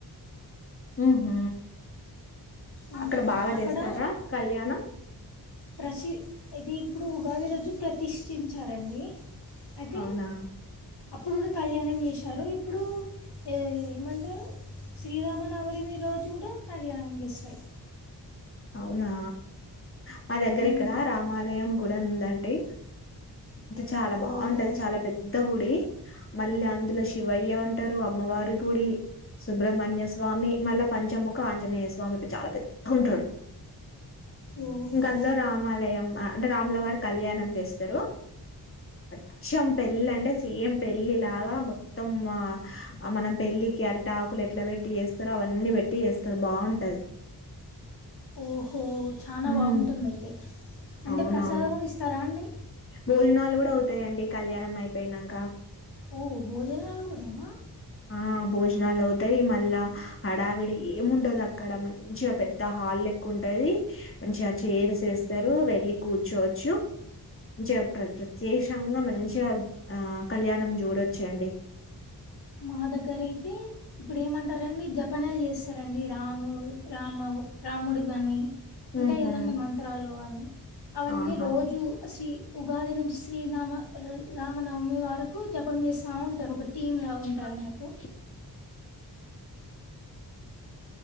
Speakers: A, on the left; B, on the left.
A: హ హ
B: ఉమ్,
A: అక్కడ బాగా
B: అక్కడ
A: చేస్తారా కళ్యాణం
B: ప్రసి ఇది ఇప్పుడు ఉగాది రోజు ప్రతిష్ఠించారండి అయితే
A: అవునా
B: అప్పుడు కూడా కళ్యాణం చేశారు ఇప్పుడు ఏమంటారు శ్రీరామనవరిని రోజు కూడా కళ్యాణం చేస్తారు
A: అవునా మా దగ్గర
B: ఉమ్,
A: ఇక్కడ రామాలయం గుడ ఉందండి ఇది చాలా బాగుంటది
B: ఓహో
A: చాలా పెద్ద గుడి మళ్ళి అందులో శివయ్య ఉంటారు, అమ్మవారి గుడి, సుబ్రహ్మణ్య స్వామి, మళ్ళ పంచముఖ ఆంజనేయ స్వామి, చాలా పెద్ద ఉంటడు.
B: ఓహో
A: ఇంకా అందులో రామాలయం అ అంటే రాములవారి కళ్యాణం చేస్తరు అచ్చం పెళ్ళి అంటే సేమ్ పెళ్ళి లాగా మొత్తం మనం పెళ్ళికి అరిటాకులు ఎట్లా వెట్టి చేస్తారో అవన్నీ వెట్టి చేస్తరు బాగుంటది
B: ఓహో చానా
A: ఉమ్
B: బాగుంటుంది అయితే అంటే
A: అవునవును
B: ప్రసాదమూ ఇస్తారా అండి
A: భోజనాలు గూడా అవుతాయండి కళ్యాణం అయిపోయినంకా
B: ఓ భోజనాలు గూడనా
A: ఆ భోజనాలు అవుతాయి, మళ్ళా హడావిడి ఏముండదు అక్కడ మంచిగా పెద్ద హాల్ లెక్క ఉంటది, మంచిగా చైర్స్ వేస్తారు, వెళ్ళి కూర్చోవచ్చు, మంచిగా ప్ర ప్రత్యేకంగా మంచిగా ఆ కళ్యాణం చూడొచ్చు అండి.
B: మా దగ్గర అయితే ఇప్పుడు ఏమంటారండి జపనలు జేస్తారండి రాము రామౌ రాముడు గానీ ఉంటాయి
A: ఉహు
B: గదండి మంత్రాలు అని అవన్నీ
A: ఆహా
B: రోజూ శ్రీ ఉగాది నుంచి శ్రీనామ ఉర్ రామనవమి వరకు జపం జేస్తా ఉంటారు ఒక టీం
A: <unintelligible>
B: లాగా ఉంటారు అన్నట్టు